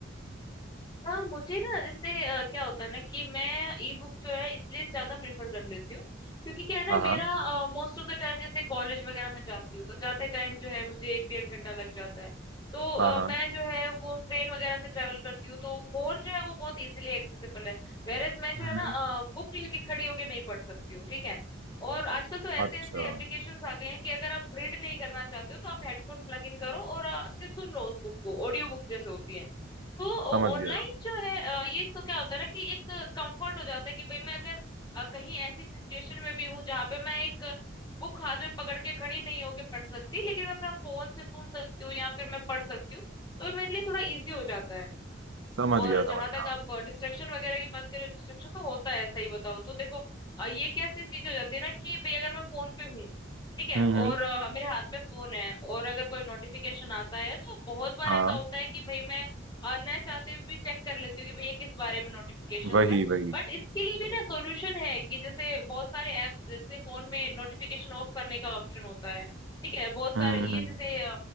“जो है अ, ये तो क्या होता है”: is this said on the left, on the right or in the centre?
Left